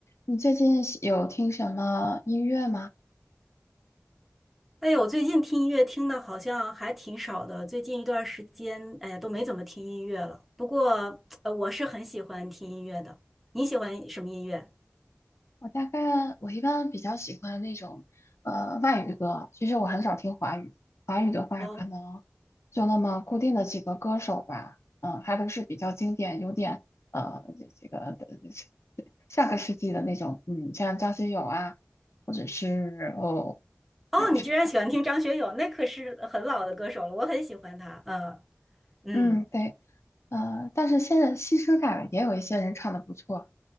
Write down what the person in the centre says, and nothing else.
哎呦，我最近听音乐听的好像还挺少的，最近一段时间，哎呀，都没怎么听音乐了。不过，呃，我是很喜欢听音乐的。你喜欢什么音乐？
哦
哦，
你居然喜欢听张学友，那可是很老的歌手了，我很喜欢他。呃，嗯